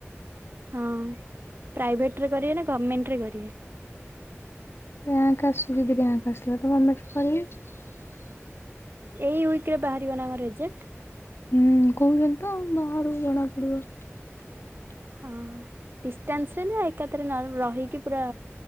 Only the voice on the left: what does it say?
ଗାଁ କ ଆସୁ ଦରି ଗାଁ କ ଆସିଲା ତ ମେ କନି <unintelligible>
ହୁଁ, କହୁଛନ୍ତି ତ ବାହାରୁ ଜଣାପଡିବ ।